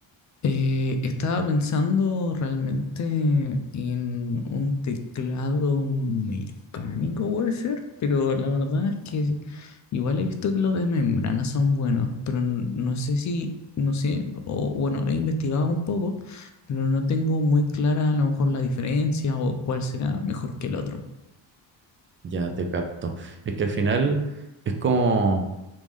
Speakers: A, on the left; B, on the right.
A: Eh, estaba pensando realmente en un teclado mecánico, puede ser, pero la verdad es que igual he visto que los de membrana son buenos, pero n- no sé si, no sé, o bueno, he investigado un poco, pero no tengo muy clara a lo mejor la diferencia o cuál será mejor que el otro.
B: Ya te capto. Es que al final es como,